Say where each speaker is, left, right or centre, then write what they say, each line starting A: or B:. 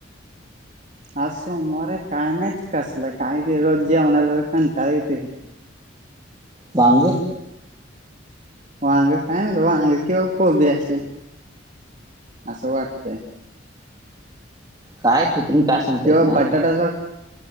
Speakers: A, on the right (about 40°); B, on the right (about 20°).
A: अस सोमवार काय माहीत कसलं कायती रोज जेवणा चा कंटाळा येतोय
B: वांगे
A: वांग काय म्हणत वांग किंवा कोबी असेल असं वाटतय.
B: काय चित्रुन काय सांगता
A: किंवा
B: येत नाही आता
A: बटाटा